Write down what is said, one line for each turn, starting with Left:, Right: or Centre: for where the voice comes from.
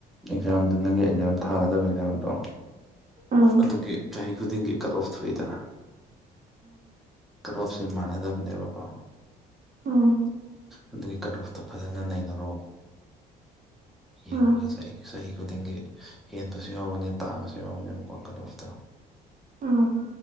Centre: ꯑꯦꯛꯖꯥꯝꯗ ꯅꯪꯒꯤ ꯑꯦꯛꯖꯥꯝ ꯊꯥꯒꯗꯕ ꯑꯦꯛꯖꯥꯝꯗꯣ
Right: ꯑꯥ
Centre: ꯑꯗꯨꯒꯤ ꯆꯍꯤ ꯈꯨꯗꯤꯡꯒꯤ ꯀꯠ ꯑꯣꯐ ꯊꯣꯛꯏꯗꯅ ꯀꯠ ꯑꯣꯐ ꯁꯦ ꯃꯥꯟꯅꯗꯕꯅꯦꯕꯀꯣ
Right: ꯑꯥ
Centre: ꯑꯗꯨꯒꯤ ꯀꯠ ꯑꯣꯐꯇꯣ ꯐꯖꯅ ꯅꯩꯅꯔꯣ ꯌꯦꯡꯉꯒ
Right: ꯑꯥ
Centre: ꯆ ꯆꯍꯤ ꯈꯨꯗꯤꯡꯒꯤ ꯍꯦꯟꯕꯁꯨ ꯌꯥꯎꯕꯅꯦ ꯇꯥꯕꯁꯨ ꯌꯥꯎꯕꯅꯦꯕꯀꯣ ꯀꯠ ꯑꯣꯐꯇꯣ
Right: ꯑꯥ